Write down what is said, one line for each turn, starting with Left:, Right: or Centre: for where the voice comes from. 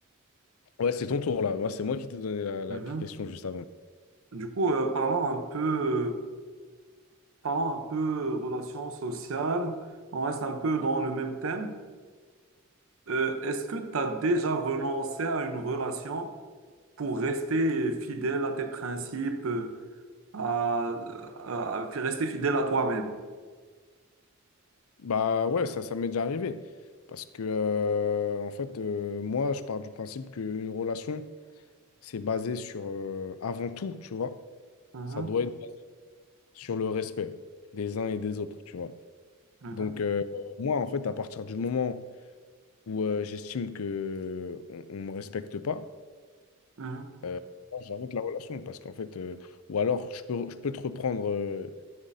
Left: Ouais, c'est ton tour là. Moi, c'est moi qui t'ai donné la, la
Right: Mhm.
Left: question juste avant.
Right: Du coup, euh, parlons un peu, euh, parlons un peu euh, relations sociales. On reste un peu dans le même thème. Euh, est-ce que tu as déjà renoncé à une relation pour rester fidèle à tes principes? euh, à, à- à rester fidèle à toi-même.
Left: Bah ouais, ça, ça m'est déjà arrivé. Parce que, euh, en fait, euh, moi, je pars du principe qu'une relation, c'est basé sur, euh, avant tout, tu vois,
Right: Mhm,
Left: ça doit être sur le respect des uns et des autres, tu vois.
Right: mhm,
Left: Donc, euh, moi, en fait, à partir du moment où euh, j'estime que on, on me respecte pas,
Right: mhm.
Left: euh, moi, j'arrête la relation parce qu'en fait, euh, ou alors je peux, je peux te reprendre euh,